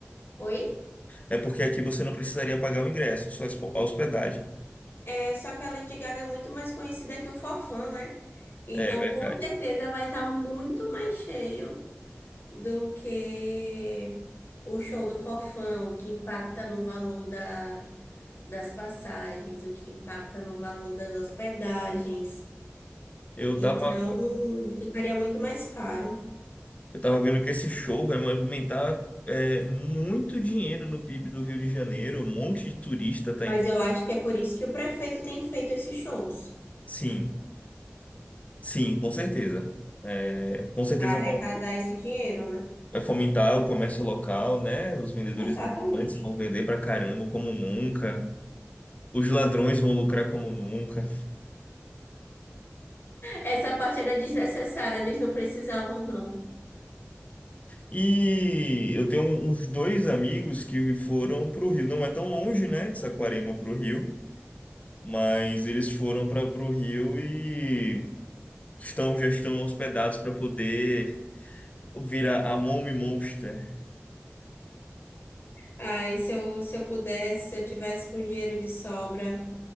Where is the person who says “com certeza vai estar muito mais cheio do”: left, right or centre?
Left